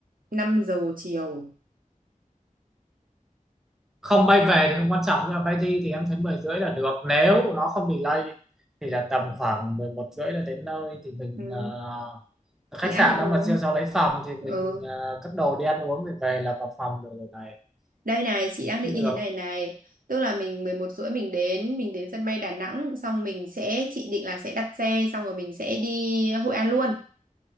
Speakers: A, on the right; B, in the centre.
A: năm giờ chiều
B: không bay về thì không quan trọng nhưng mà bay đi thì em thấy 10 rưỡi là được nếu nó không delay thì là tầm khoảng 11 rưỡi là đến nơi thì mình
A: ừ.
B: ờ, khách
A: mình ăn
B: sạn
A: uống
B: đó mà chưa cho lấy phòng thì
A: ừ.
B: mình ờ, cất đồ đi ăn uống rồi về là vào phòng được rồi này
A: đây này chị
B: thì
A: đang
B: cũng
A: định
B: được
A: như thế này này tức là mình 11 rưỡi mình đến mình đến sân bay Đà Nẵng xong mình sẽ chị định là sẽ đặt xe xong rồi mình sẽ đi Hội An luôn